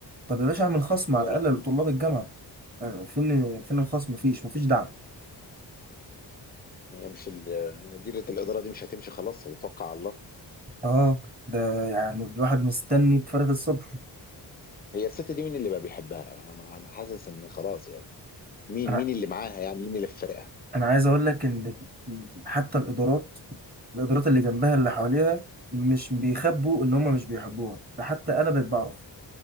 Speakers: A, on the right; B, on the left.
A: طب يا باشا اعمل خصم على
B: يا لهوي
A: الأقل لطلاب الجامعة آه، فين فين الخصم مفيش مفيش دعم
B: هي مش ال- مديرة الإدارة دي مش هتمشي خلاص هيتوقع على الله
A: اه ده يعني الواحد مستني بفارغ الصبر
B: هي الست دي مين اللي بقى بيحبها؟ أنا أنا أنا حاسس إن خلاص يعني مين
A: انا
B: مين اللي معاها يعني مين اللي في فريقها؟
A: انا عايز اقول لك ان حتى الادارات الادارات اللي جنبها اللي حواليها مش بيخبوا ان هم مش بيحبوها ده حتى انا بقيت بعرف